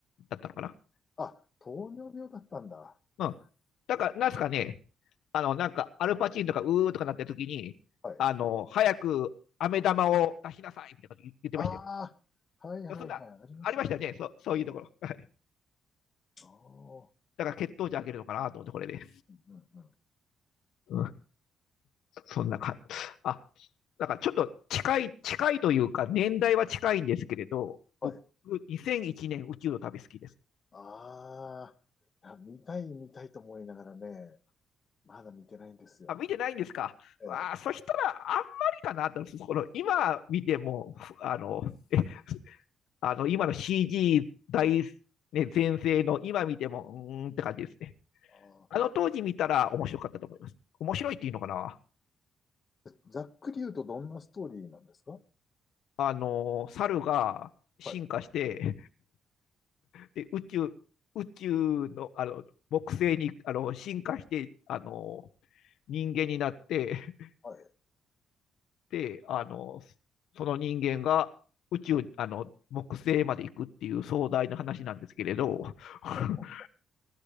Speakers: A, on the left; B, on the left.
A: だったのかな。
B: あ、糖尿病だったんだ。
A: うん。だから、なんすかね、あの、なんか、アルパチーンとか、うーとかなってる時に、
B: はい。
A: あの、早く、飴玉を出しなさいみたいなこと言言ってましたよ。
B: ああ、はいはいはい、
A: そんな、
B: ありました。
A: ありましたよね、
B: あ
A: そそういうところ。はい。
B: あ、
A: だから血糖値上げるのかなと思って、これで。
B: うんうんうん。
A: うん。そんなか、あ、だからちょっと近い、近いというか、年代は近いんですけれど、
B: はい。
A: 僕、2001年宇宙の旅好きです。
B: ああ、いや見たい見たいと思いながらね、まだ見てないんですよね。
A: あ、見てないんですかわあ、
B: ええ。
A: そしたらあんまりかなと、この今見ても、あの、えあの今の CG 大、ね、全盛の今見ても、うーんって感じですね。
B: ああ、
A: あの当時見たら面白かったと思います。面白いっていうのかな
B: ざっくり言うとどんなストーリーなんですか
A: あの、猿が進化して、
B: はい。
A: で宇宙、宇宙の、あの、木星にあの進化して、あの、人間になって、<laughs>
B: はい。
A: で、あの、その人間が宇宙、あの、木星まで行くっていう壮大な話なんですけれど、<laughs>
B: ほうほ